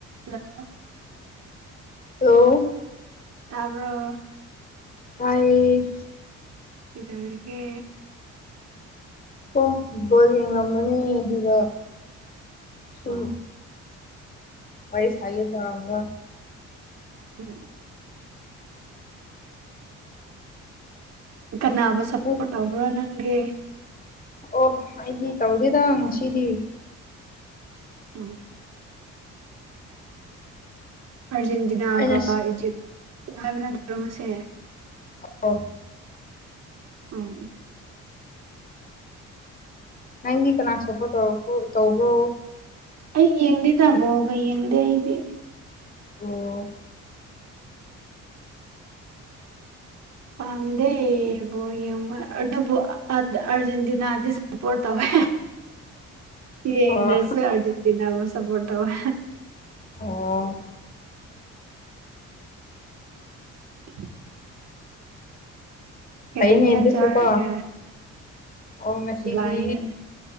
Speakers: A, on the right; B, on the left.
A: hello
B: hello
A: ꯇꯥꯕ꯭ꯔꯣ
B: ꯇꯥꯏꯌꯦ
A: ꯀꯩꯗꯧꯔꯤꯒꯦ
B: ꯑꯣ ꯕꯣꯜ ꯌꯦꯡꯉꯝꯕꯅꯦ ꯑꯗꯨꯗ ꯁꯨꯝ
A: ꯑꯣ
B: ꯋꯥꯔꯤ ꯁꯥꯒꯦ ꯇꯧꯔꯝꯕ
A: <unintelligible> ꯀꯅꯥꯕꯨ ꯁꯞꯄꯣꯔꯠ
B: ꯅꯪ
A: ꯇꯧꯕ꯭ꯔꯣ ꯅꯪꯗꯤ
B: ꯑꯣ ꯑꯩꯗꯤ ꯇꯧꯗꯦꯗ ꯉꯁꯤꯗꯤ
A: ꯎꯝ ꯑꯥꯔꯖꯦꯟꯇꯤꯅꯥꯒ
B: ꯑꯩꯅ
A: ꯏꯖꯤꯞ ꯍꯥꯏꯕ ꯅꯠꯇ꯭ꯔꯣ ꯉꯁꯤ
B: <unintelligible>
A: ꯎꯝ
B: ꯅꯪꯒꯤ ꯀꯅꯥ ꯁꯞꯄꯣꯔꯠ ꯇꯧꯔꯛꯄ꯭ꯔꯣ ꯇꯧꯕ꯭ꯔꯣ
A: ꯑꯩ ꯌꯦꯡꯗꯦꯗ ꯕꯣꯜꯒ ꯌꯦꯡꯗꯦ ꯑꯩꯗꯤ
B: ꯑꯣ
A: ꯄꯥꯝꯗꯦ ꯕꯣꯔ ꯌꯦꯡꯕ ꯑꯗꯨꯕꯨ ꯑꯗ ꯑꯔꯖꯦꯟꯇꯤꯅꯥꯗꯤ ꯁꯄꯣꯠ ꯇꯧꯋꯦ ꯌꯦꯡꯗ꯭ꯔꯥꯁꯨ
B: ꯑꯣ
A: ꯑꯔꯖꯦꯟꯇꯤꯅꯥꯕꯨ ꯁꯄꯣꯔꯠ ꯇꯧꯋꯦ
B: ꯑꯣ
A: <inaudible> ꯀꯔꯤ
B: ꯐꯩꯅꯦ
A: ꯍꯤꯟꯖꯥꯡ
B: ꯑꯗꯨꯁꯨꯀꯣ
A: ꯆꯥꯔꯒꯦ
B: ꯑꯣ ꯉꯁꯤꯗꯤ
A: ꯕ꯭ꯂꯥꯏꯟꯗꯅꯦ